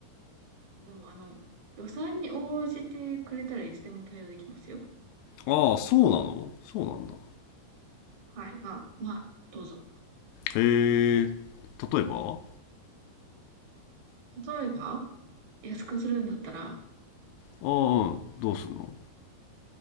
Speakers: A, on the right (about 60°); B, on the left (about 85°).
A: でも、あの、予算に応じてくれたらいつでも対応できますよ。
B: ああ、そうなのそうなんだ。
A: はい。まあ、まあ、どうぞ。
B: へえ、例えばあ
A: 例えば、安くするんだったら、
B: あ、うんどうすんの